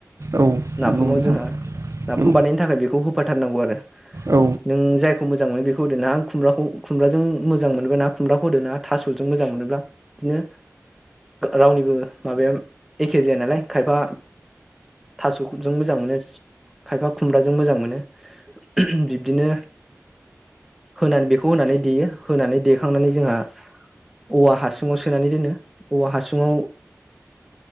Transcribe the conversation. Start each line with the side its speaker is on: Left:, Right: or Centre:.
Right: औ
Centre: नाफामाव
Right: नंगौ नोंथां
Centre: जोंहा नाफाम
Right: औ
Centre: बानायनो थाखाय बेखौ होफाथारनांगौ आरो
Right: औ
Centre: नों जाय बेखौ मोजां मोनो बेखौ होदो ना आं खुम्राखौ खुमब्राजों मोजां मोनोबा ना खुमब्राखौ होदो ना थास'जों मोजां मोनोब्ला बिदिनो रावनिबो माबाया एखे जाया नालाय खायफा थास'जों मोजां मोनो खायफा खुमब्राजों मोजां मोनो बिब्दिनो होनानै बेखौ होनानै देयो होनानै देखांनानै जोंहा औवा हासुङाव सोनानै दोनो औवा हासुङाव